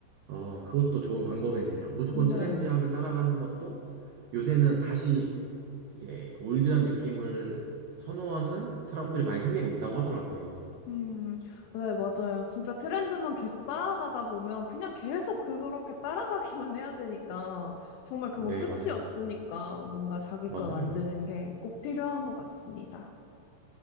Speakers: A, on the right; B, on the left.
A: 어, 그것도 좋은 방법이네요. 무조건
B: 네.
A: 트렌디하게 따라가는 것도 요새는 다시 이제 올드한 느낌을 선호하는 사람들이 많이 생기고 있다고 하더라고요.
B: 음, 네, 맞아요. 진짜 트렌드만 계속 따라가다 보면 그냥 계속 그- 그렇게 따라가기만 해야 되니까 정말 그건
A: 네,
B: 끝이
A: 맞는
B: 없으니까
A: 것
B: 뭔가 자기
A: 같아요.
B: 걸 만드는
A: 맞아요, 맞아요.
B: 게 꼭 필요한 것 같습니다.